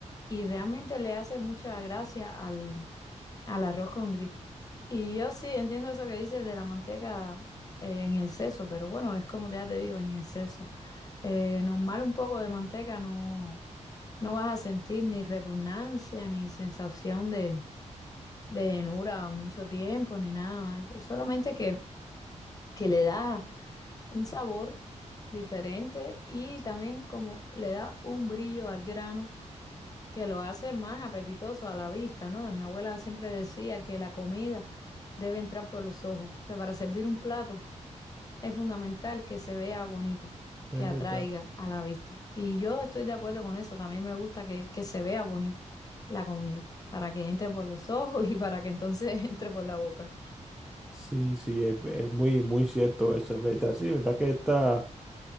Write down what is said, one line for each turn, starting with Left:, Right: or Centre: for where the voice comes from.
Left: y realmente le hace mucha gracia al, al arroz con Y yo sí entiendo eso que dices de la manteca eh, en exceso, pero bueno, es como ya te digo, en exceso. Eh, normal un poco de manteca no, no vas a sentir ni repugnancia, ni sensación de, de llenura mucho tiempo, ni nada más de eso. Solamente que, que le da un sabor diferente y también como le da un brillo al grano que lo hace más apetitoso a la vista, ¿no? Mi abuela siempre decía que la comida debe entrar por los ojos, que para servir un plato es fundamental que se vea bonito,
Centre: es
Left: que atraiga
Centre: verdad.
Left: a la vista. Y yo estoy de acuerdo con eso, también me gusta que, que se vea bonito la comida, para que entre por los ojos <laughs> y para que entonces <laughs> entre por la boca.
Centre: Sí, sí, es, es muy, muy cierto eso, es verdad. Sí, es verdad que esta